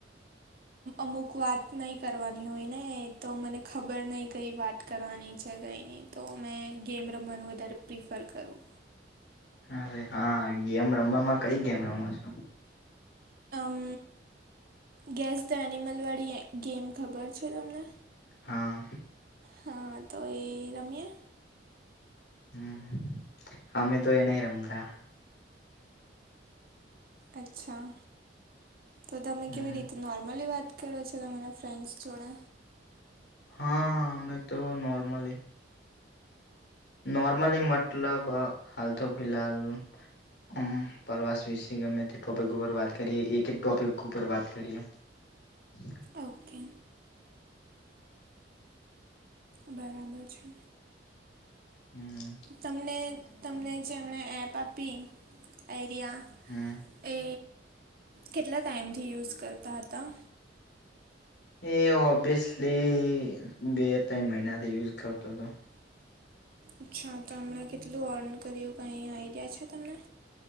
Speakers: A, on the right; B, on the left.
A: અમુક વાત નહીં કરવાની હોય ને તો મને ખ ખબર નહીં કંઈ વાત કરવાની છે કંઈ નહીં તો મેં ગેમ રમવાનું વધારે પ્રિફર કરું.
B: અરે હા ગેમ રમવામાં કઈ ગેમ રમો છો
A: મ ગેસ ધ એનિમલવાળી ગેમ ખબર છે તમને
B: હા
A: હા તો એ રમીએ
B: હમ અમે તો એ નહીં રમતા
A: અચ્છા તો તમે
B: હમ
A: કેવી રીતે નોર્મલી વાત કરો છો તમારા ફ્રેન્ડ્સ જોડે
B: હા અમે તો નોર્મલી નોર્મલી મતલબ હાલ તો ફિહાલ મ પ્રવાસ વિશે ગમે તે ટોપિક ઉપર વાત કરીયએ એક ટોપિક ઉપર વાત કરીયએ <inaudible>
A: ઓકે બરાબર છે
B: હમ
A: તમને તમને જેમણે એપ આપી આઈડિયા
B: હમ
A: એ કેટલા ટાઈમથી યુઝ કરતા હતા
B: એ ઓબ્વિયસલી બે ત્રણ મહિનાથી યુઝ કરતો હતો
A: અચ્છા તો હમણા કેટલું અર્ન કર્યું કઈ આઈડિયા છે તમને